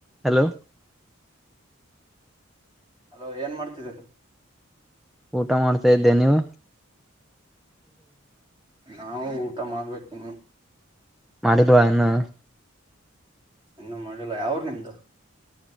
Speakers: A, in the centre; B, on the right.
A: ಹಲೋ
B: ಹಲೋ ಏನ್ ಮಾಡ್ತಿದಿದ್ದಾರೆ
A: ಊಟ ಮಾಡ್ತಾ ಇದ್ದೆ ನೀವು
B: ನಾವು ಊಟ ಮಾಡ್ಬೇಕಿನ್ನು
A: ಮಾಡಿದವಾ ಇನ್ನು
B: ಇನ್ನೂ ಮಾಡಿಲ್ಲ ಯಾಊರು ನಿಂದು